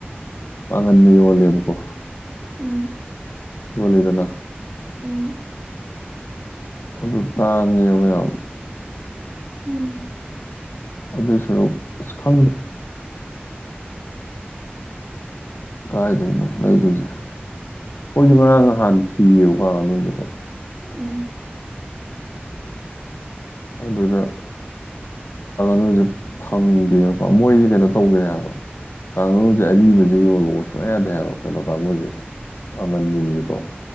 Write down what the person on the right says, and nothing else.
ꯎꯝ
ꯎꯝ
ꯎꯝ
ꯎꯝ
ꯎꯝ